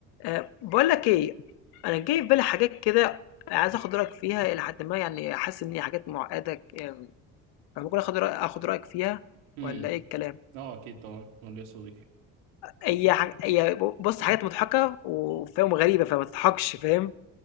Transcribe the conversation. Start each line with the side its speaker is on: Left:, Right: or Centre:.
Left: آآ باقول لك إيه، أنا جاي في بالي حاجات كده عايز آخُد رأيك فيها إلى حدٍ ما يعني حاسس إن هي حاجات مُعقّدة ك فممكن آخُد رأي آخُد رأيك فيها
Right: امم
Left: والّا إيه الكلام؟
Right: اه اكيد طبعا قول لي يا صديقي
Left: هي ح هي ب بُص حاجات مضحكة وفاهم وغريبة فما تضحكش فاهم؟